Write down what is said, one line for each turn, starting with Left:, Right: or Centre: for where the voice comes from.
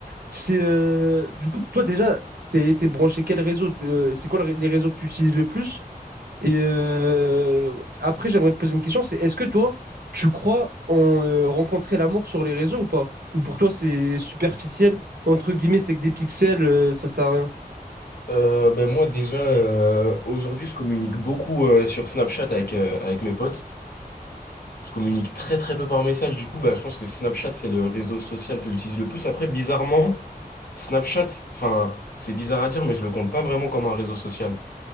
Right: C'est euh, du coup, toi déjà, T'es, t'es branché quel réseau? euh, c'est quoi le les réseaux que tu utilises le plus? Et euh, après, j'aimerais te poser une question, c'est est-ce que toi, tu crois en euh, rencontrer l'amour sur les réseaux ou pas? Ou pour toi, c'est superficiel, entre guillemets, c'est que des pixels, euh, ça sert à rien.
Left: Euh, ben moi, déjà, euh, aujourd'hui, je communique beaucoup euh, sur Snapchat avec, euh, avec mes potes. Je communique très, très peu par message. Du coup, bah, je pense que Snapchat, c'est le réseau social que j'utilise le plus. Après, bizarrement, Snapchat, enfin, c'est bizarre à dire, mais je le compte pas vraiment comme un réseau social.